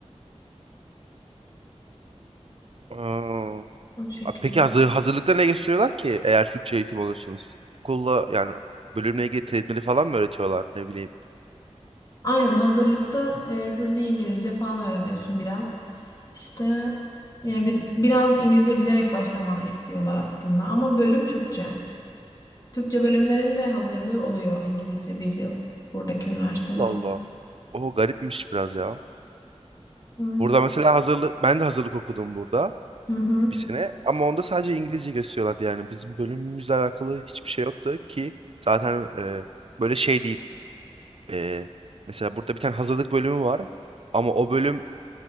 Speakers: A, on the right; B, on the left.
A: Aa,
B: O şekilde.
A: Peki hazır, hazırlıkta ne gösteriyorlar ki eğer Türkçe eğitim alıyorsunuz? Okulla yani bölümle ilgili terimleri falan mı öğretiyorlar ne bileyim.
B: Aynen hazırlıkta e, da bir İngilizce falan öğreniyorsun biraz. İşte yani bir, biraz İngilizce bilerek başlamanı istiyorlar aslında ama bölüm Türkçe. Türkçe bölümlerin de hazırlığı oluyor İngilizce bir yıl buradaki üniversitelerde.
A: Allah Allah. O garipmiş biraz ya.
B: Evet.
A: Burada mesela hazırlık ben de hazırlık okudum burada
B: Hı hı.
A: bir sene ama onda sadece İngilizce gösteriyorlardı yani bizim bölümümüzle alakalı hiçbir şey yoktu ki zaten e, böyle şey değil. E, mesela burada bir tane hazırlık bölümü var ama o bölüm